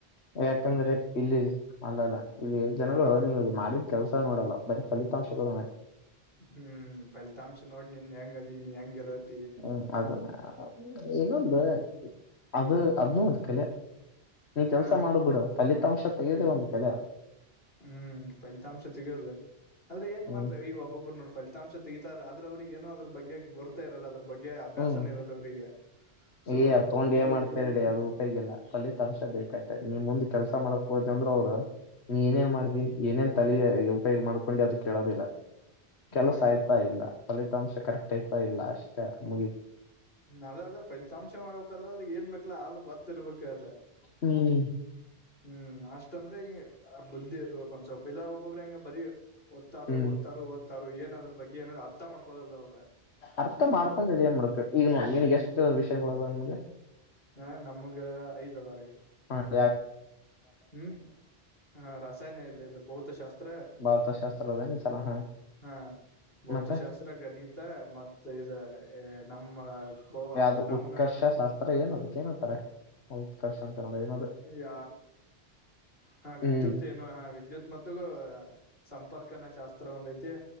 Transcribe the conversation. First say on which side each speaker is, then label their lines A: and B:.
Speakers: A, on the left; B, on the left.
A: ಯಾಕಂದ್ರೆ ಇಲ್ಲಿ ಅಲ್ಲ ಅಲ್ಲ ಇಲ್ಲಿ ಜನಗಳು
B: ಹ್ಮ್
A: ನೀವು ಮಾಡಿದ್ ಕೆಲ್ಸ ನೋಡಲ್ಲ ಬ ಫಲಿತಾಂಗಳು
B: ಹ್ಮ್ ಫಲಿತಾಂಶ ನೋಡ್ ನಿನ್ ಹೆಂಗ ನೀ ಹೆಂಗರ <unintelligible>
A: ಹ್ಮ್ ಅದ ಇನ್ನೊಂದು ಅದು ಅದನ್ನ ಅದುಕಲ್ಲ ನೀ
B: ಹಾ
A: ಕೆಲ್ಸ ಮಾಡ ಬಿಡು ಫಲಿತಾಂಶ ತೆಗದೆ
B: ಹ್ಮ್
A: ಒಂದು ಕೆಲೆ
B: ಹ್ಮ್ ಫಲಿತಾಂಶ ತೆಗೋದ ಆದ್ರೆ ಏನ್
A: ಹ್ಮ್
B: ಮಾಡ್ತ ಈಗ ಒಬ್ಬೊಬ್ಬರು ನೋಡ ಫಲಿತಾಂಶ ತೆ ಆದ್ರ ಅವ್ರಿಗೆ ಏ ಅದ್ರ ಬಗ್ಗೆ ಗೊತ ಇರಲ್ಲ ಅದ್ರ ಬಗ್ಗೆ ಅಭ್ಯಾಸನ
A: ಹ್ಮ್
B: ಇರಲ್ಲ ಅವ್ರಿಗೆ ಸುಮ್ಮ
A: ಏ ತಗೊಂಡು
B: ಬರೀ
A: ಏ ಮಾಡ್ತರ
B: ಏನಿರುತ್ತೆ
A: ಹೇಳಿ ಅದು ಉಪಯೋಗಿಲ್ಲ ಪಲ್ಲಿತ್ ಅಂಶದೇಕಟ್ಟೆ ನೀ ಮುಂದ್ ಕೆಲ್ಸ ಮಾಡಕ್ ಹೋದ ಅಂದ್ರೆ ಅವ್ರು ನೀ ಏನೇನ್ ಮಾಡ್ವಿ ಏನೇನ್ ತಲೆ ಉಪಯೋಗ ಮಾಡ್ಕೊಂಡು ಅದ ಕೇಳೋದಿಲ್ಲ
B: ಹ್ಮ್
A: ಕೆಲಸ ಆಯ್ತಾ ಇಲ್ಲ ಫಲಿತಾಂಶ ಕರೆಕ್ಟ್ ಆಯ್ತಾ ಇಲ್ಲ ಅಷ್ಟ ಚ <inaudible> ಮುಗಿತ
B: ಅದ ಅದೇ ಫಲಿತಾಂಶ ಮಾಡ್ಬೇಕಾದ್ರೆ ಆದ್ರೆ ಏನ್ ಬೇಕು ಲ್ಲ ಅದು ಗೊತ್ತಿರ್ಬೇಕ ಅದ
A: ಹ್ಮ್
B: ಹ್ಮ್ ಅಷ್ಟ ತೊಂದರೆೆ ಈಗ ಆ ಬುದ್ಧಿ ಇರ್ಬೇಕು ಒಂದ ಸ್ಲ್ಪಲ್ಲಾ ಬಬ್ರಾಂಗ ಬರ ಒತ್ತಾರು
A: ಹ್ಮ್
B: ಒತ್ತಾರ ಒ ಏನ್ ಅದ್ರ ಬಗ್ಗೆ ಏನ ಅರ್ಥ ಮಾಡ್ಕೋಲ್ಲ ಅವ್ರ
A: ಅರ್ಥ ಮಾಡ್ಕೊಂಡಿದೆೇನ್ ಮುಡಕ ಈಗ ನ ನೀನ್ಗೆ ಎಷ್ಟು ವಿಷಯಗಳದು ನಿಮ್ಗೆ
B: ಹ ನಮಗ ಐದ ಅದ ಅವಗ
A: ಹಾ <inaudible>
B: ಹ್ಮ್ ಹ ರಾಸಾಯನ ಇಲ್ಲ ಇ ಭೌತಶಾಸ್ತ್ರ
A: ಭೌತಶಾಸ್ತ್ರ ಅದೇನ ಸಲ ಹಾ
B: ಹಾ ಭೌತಶಾಸ್ತ್ರ
A: ಮತ್ತೆ
B: ಗಣಿತ ಮತ್ತ ಇ ನಮ್ಮ ಕೋ ಅಂದ್ರ
A: ಯಾವ್ದು
B: ನಮ್ಮ
A: ಉತ್ಕರ್ಷ ಶಾಸ್ತ್ರ ಏನ ಅದಕ್ಕ ಏನತ್ತಾರೆ ಉತ್ಕರ್ಷ ಅಂತ ಹೇಳ್ರ ಏನ
B: ಯ ಹಾ ವಿದ್ಯುತ್
A: ಹ್ಮ್
B: ಏನು ಹಾ ವಿದ್ಯುತ್ ಮತ್ತುಗೂ ಸಂ ಪರ್ಕಣ ಶಾಸ್ತ್ರ ಒಂದೈತೆ